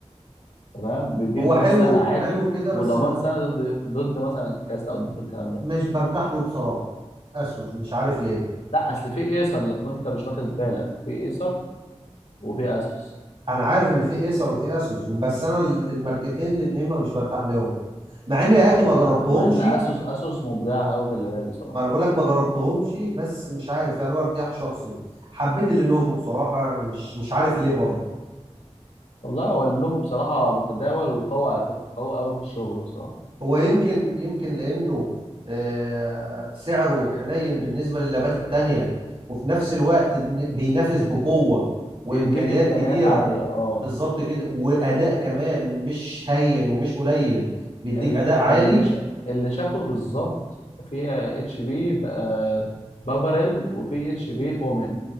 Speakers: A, on the left; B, on the right.
A: تمام بيديك
B: هو
A: ضمان
B: حلو
A: سنه عادي
B: حلو كده
A: وضمان
B: بس ب-
A: سنه ضد ضد مثلا الكاست او ضد الكلام ده
B: مش برتاح له بصراحة اسوس مش عارف ليه
A: لا اصل في ايسر لو كنت انت مش واخد بالك في ايسر وفي اسوس
B: انا عارف ان في ايسر وفي اسوس بس انا ال- الماركتين الاتنين ما مش برتاح لهم مع ان يا اخي ما
A: لا
B: جربتهمش
A: مع ان اسوس اسوس مبدع قوي في اللابات بصراحه
B: ما انا بقول لك ما جربتهمش بس مش عارف يعني هو ارتياح شخصي حبيت اللينوفو بصراحة يعني مش مش عارف ليه برضه
A: والله هو لينوفو بصراحة متداول وقوي على فكرة قوي قوي في الشغل بصراحة
B: هو يمكن يمكن لأنه آه، سعره حنين بالنسبة للابات التانية وفي نفس الوقت بن- بينافس بقوة وإمكانيات
A: بيديك إمكانيات
B: كبيرة
A: عالية اه
B: بالظبط كده وأداء كمان مش هين ومش قليل بيديك
A: ال-
B: أداء عالي
A: اللي ش... اللي شكله بالظبط في اتش بي بقى بافاريل وفي اتش بي اومن